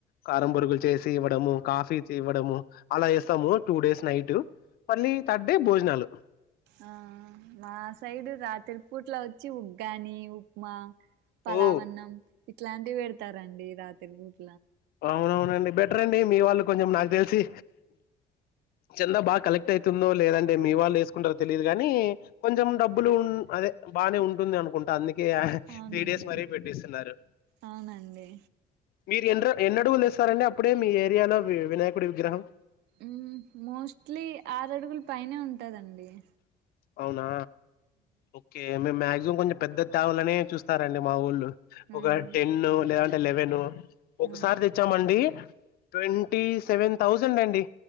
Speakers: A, on the left; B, on the right.
A: కారం బొరుగులు చేసి ఇవ్వడము కాఫీ ఇవ్వడము అలా చేస్తాము టూ డేస్ నైట్ మళ్ళీ థర్డ్ డే భోజనాలు
B: ఆ మా సైడ్ త్రి పుట్లా వచ్చి ఉగ్గాని ఉప్మా పలావన్నం
A: ఓ
B: ఇట్లాంటివి పెడతారండి రాత్రి పూర్తి
A: అవునవునండి బెటర్ అండి మీ వాళ్ళు కొంచెం నాకు తెలిసి చందా బాగా కలెక్ట్ అయితుందో లేదంటే మీ వాళ్ళు వేసుకుంటారో తెలిదు కాగానీ కొంచెం డబ్బులు అదే బాగానే ఉంటుంది అనుకుంటా అందుక
B: అవునండి
A: త్రీ డేస్ మరీ పెట్టిస్తున్నారు
B: అవునండి
A: ఎ ఎన్న అడుగులు ఇస్తారండి అప్పుడే మీ ఏరియాలో వినాయకుడి విగ్రహం
B: ఉమ్ మోస్ట్లీ ఆరడుగుల పైనే ఉంటాదండి అ
A: అవునా ఓకే మ్యాగ ం కొంచెం పెద్ద తేవలనే చూస్తారండి మాఊళ్ళు
B: ఉమ్
A: ఒక టెన్ లేదంటే సలెవెను ఒకసారి
B: ఆ
A: తెచ్చామండి ట్వంటీ సెవెన్ థౌజండ్ అండి